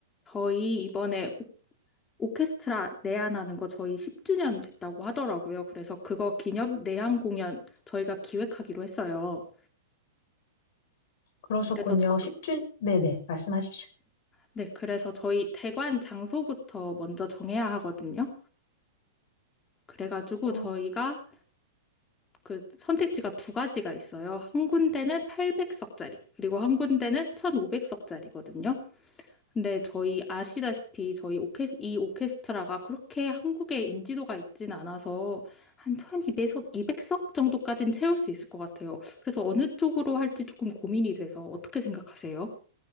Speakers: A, on the left (about 15°); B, on the left (about 60°).
A: 저희 이번에 오케스트라 내한하는 거 저희 10주년 됐다고 하더라고요. 그래서 그거 기념 내한 공연 저희가 기획하기로 했어요.
B: 그러셨군요.
A: 그래서 저,
B: 십주 네네, 말씀하십시오.
A: 네, 그래서 저희 대관 장소부터 먼저 정해야 하거든요. 그래가지고
B: 어,
A: 저희가 그 선택지가 두 가지가 있어요. 한 군데는 800석짜리, 그리고 한 군데는 1500석짜리거든요. 근데 저희 아시다시피 저희 오케스, 이 오케스트라가 그렇게 한국에 인지도가 있진 않아서 한 1200석, 이백석 정도까진 채울 수 있을 것 같아요. 그래서 어느 쪽으로 할지 조금 고민이 돼서 어떻게 생각하세요?